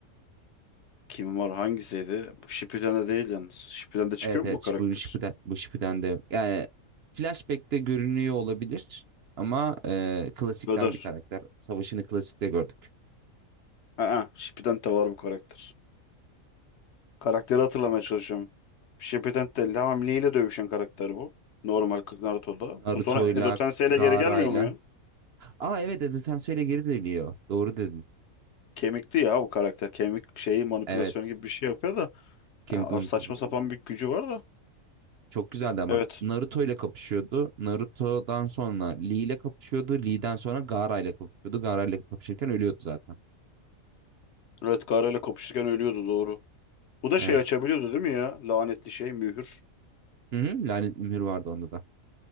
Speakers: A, on the left (about 65°); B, on the right (about 60°).
A: Kim var hangisiydi? Bu Shippuden'de değil yalnız. Shippuden'de çıkıyor
B: Evet evet
A: mu bu karakter?
B: şu- bu Shippuden, bu Shippuden de yani Flashback'te görünüyor olabilir ama e, klasikten
A: Döder.
B: bir karakter. Savaşını klasikte gördük.
A: Aa, Shippuden de var bu karakter. Karakteri hatırlamaya çalışıyorum. Shippuden de tamam Lee ile dövüşen karakter bu. Normal kırk Naruto'da.
B: Naruto'yla,
A: Bu sonra Edo Tensei ile
B: Gaara'yla.
A: geri gelmiyor mu ya?
B: Aa evet Edo Tenseil'e geri dönüyor. Doğru dedin.
A: Kemikti ya bu karakter. Kemik şeyi manipülasyon
B: Evet.
A: gibi bir şey yapıyor da.
B: Kemik
A: Ya,
B: Gömülü
A: saçma
B: Fasali.
A: sapan bir gücü var da.
B: Çok güzeldi ama.
A: Evet.
B: Naruto ile kapışıyordu. Naruto'dan sonra Lee ile kapışıyordu. Lee'den sonra Gaara ile kapışıyordu. Gaara ile kapışırken ölüyordu zaten.
A: Evet Gaara ile kapışırken ölüyordu doğru. Bu da
B: Evet.
A: şey açabiliyordu değil mi ya? Lanetli şey mühür.
B: Hı hı, Lanet Mühür vardı onda da.